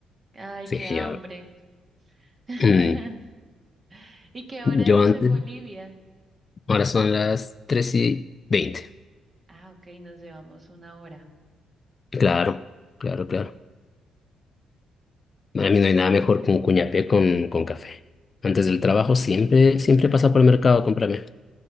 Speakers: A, on the right; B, on the left.
A: Ay,
B: Sí,
A: qué hambre.
B: yo.
A: <laughs>
B: mm,
A: ¿Y qué hora
B: yo
A: haces
B: antes.
A: en Bolivia?
B: Ahora son las tres y veinte
A: Ah, ok, nos llevamos una hora.
B: Claro, claro, claro. Para mí no hay nada mejor que un cuñapé con, con café. Antes del trabajo siempre, siempre pasa por el mercado a comprarme.